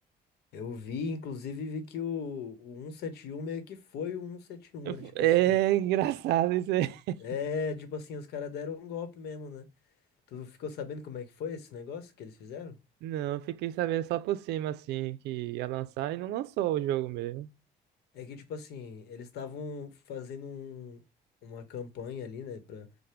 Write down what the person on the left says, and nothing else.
Eu vi, inclusive, vi que o, o cento e setenta e um meio que foi o cento e setenta e um
né?
Tipo
assim,
é, tipo assim, os caras deram um golpe mesmo, né? Tu ficou sabendo como é que foi esse negócio que eles fizeram?
É que, tipo assim, eles estavam fazendo um- uma campanha ali, né, pra,